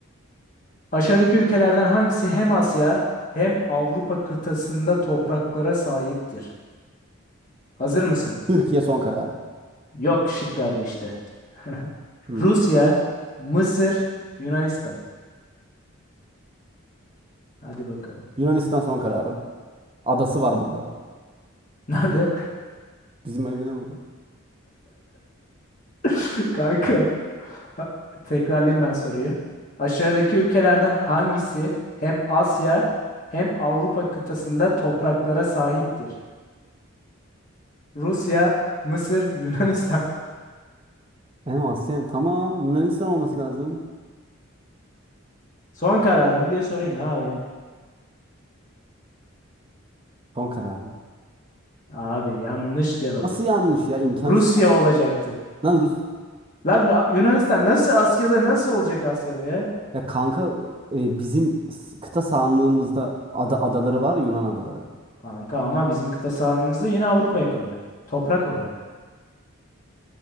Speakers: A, on the left; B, on the right.
A: Aşağıdaki ülkelerden hangisi hem Asya hem Avrupa kıtasında topraklara sahiptir? Hazır mısın?
B: Türkiye son kararım.
A: Yok şıklarda işte. <laughs>
B: Hmm.
A: Rusya, Mısır, Yunanistan. Hadi bakalım.
B: Yunanistan son kararım. Adası var burada.
A: Nerede?
B: Bizim evine burada.
A: <laughs> Kanka. a- Tekrarlayayım ben soruyu. Aşağıdaki ülkelerden hangisi hem Asya hem Avrupa kıtasında topraklara sahiptir? Rusya, Mısır, Yunanistan.
B: Hem Asya hem- tamam Yunanistan olması lazım.
A: Son kararımı diye sorayım ne yapayım?
B: Son kararım.
A: Abi yanlış cevap.
B: Nasıl yanlış ya? İmkansız
A: Rusya
B: yanlış.
A: olacaktı.
B: Lan Rus
A: Lan Ra- Yunanistan nasıl Asya'da nasıl olacak Asya'da ya?
B: Ya kanka e, bizim s- kıta sahanlığımızda ada adaları var ya Yunan adaları.
A: Kanka ama bizim kıta sahamızda yine Avrupa'ya kalıyor. Toprak olarak.